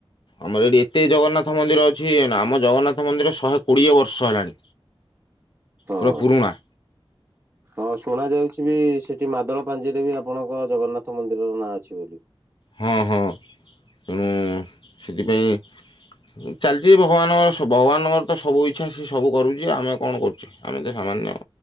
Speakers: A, on the left (about 60°); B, on the right (about 25°).
A: ଆମର ଏଇଠି ଏତେ ଜଗନ୍ନାଥ ମନ୍ଦିର ଅଛି ନା ଆମ ଜଗନ୍ନାଥ ମନ୍ଦିର ଶହେ କୋଡ଼ିଏ ବର୍ଷ ହେଲାଣି।
B: ହଁ।
A: ପୁରା ପୁୁରଣା।
B: ହଁ ଶୁଣା ଯାଉଛି ବି ସେଠି ମାଦଳ ପାଞ୍ଜିରେ ବି ଆପଣଙ୍କ ଜଗନ୍ନାଥ ମନ୍ଦିରର ନାଁ ଅଛି ବୋଲି।
A: ହଁ ହଁ ଉଁ ସେଥିପାଇଁ। ଉଁ ଚାଲିଛି ଭଗବାନ ସ ଭଗବାନଙ୍କର ତ ସବୁ ଇଚ୍ଛା ସିଏ ସବୁ କରୁଛି ଆମେ କଣ କରୁଛେ। ଆମେ ତ ସାମାନ୍ୟ